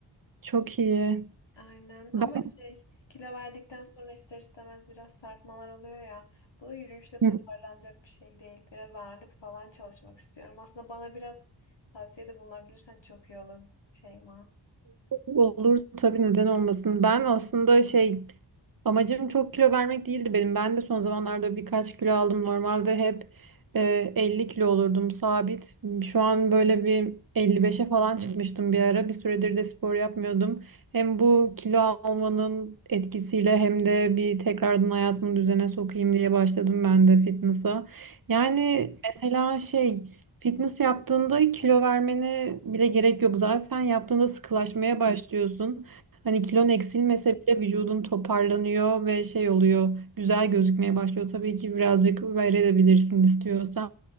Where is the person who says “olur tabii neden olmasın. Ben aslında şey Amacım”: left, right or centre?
Right